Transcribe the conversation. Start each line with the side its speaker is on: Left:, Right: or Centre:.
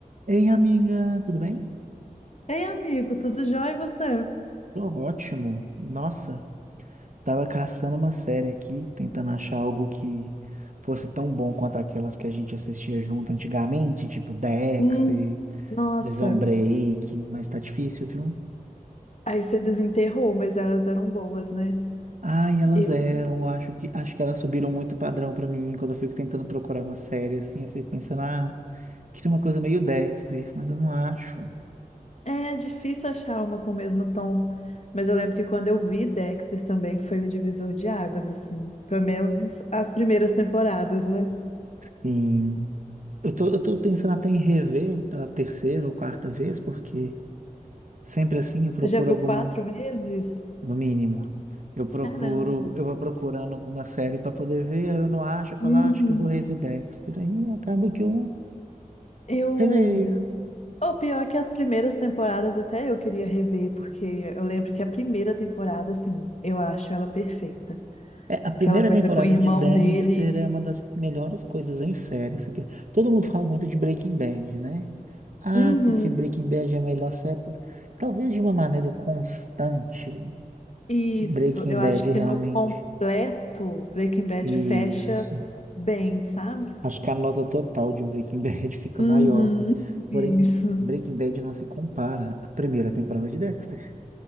Right: Ei, amiga, tudo bem?
Left: Ei, amigo, tudo jóia e você?
Right: Tô ótimo. Nossa, tava caçando uma série aqui, tentando achar algo que fosse tão bom quanto aquelas que a gente assistia junto antigamente, tipo Dexter,
Left: Hum, nossa,
Right: Prison Break, mas tá difícil, viu?
Left: aí você desenterrou, mas elas eram boas, né?
Right: Ai, elas
Left: Eu,
Right: eram, eu acho que acho que elas subiram muito o padrão pra mim. Quando eu fico tentando procurar uma série assim, eu fico pensando, ah, queria uma coisa meio Dexter, mas eu não acho.
Left: É difícil achar uma com o mesmo tom, mas eu lembro que quando eu vi Dexter também foi um divisor de águas, assim. Pelo menos as primeiras temporadas, né?
Right: Sim. Eu tô, eu tô pensando até em rever pela terceira ou quarta vez, porque Sempre assim, eu procuro
Left: Você já viu
Right: alguma,
Left: quatro vezes?
Right: no mínimo. Eu procuro,
Left: Caramba.
Right: eu vou procurando alguma série para poder ver, aí eu não acho, eu falo,
Left: Uhum.
Right: "Ah, acho que eu vou rever Dexter. Aí acaba que eu
Left: Eu.
Right: revejo.
Left: O pior é que as primeiras temporadas até eu queria rever, porque eu lembro que a primeira temporada, assim, eu acho ela perfeita.
Right: É, a primeira
Left: Aquela coisa
Right: temporada
Left: com o irmão
Right: de Dexter
Left: dele.
Right: é uma das melhores coisas em série. assim, que- todo mundo fala muito de Breaking Bad, né? Ah,
Left: Uhum.
Right: porque Breaking Bad é a melhor série. tudo. Talvez de uma maneira constante,
Left: Isso,
Right: Breaking
Left: eu
Right: Bad
Left: acho que
Right: realmente.
Left: no completo, Breaking Bad
Right: Isso.
Left: fecha bem, sabe?
Right: Acho que a nota total de Breaking Bad <laughs> fica
Left: Uhum.
Right: maior.
Left: Isso.
Right: Porém, Breaking Bad não se compara à primeira temporada de Dexter.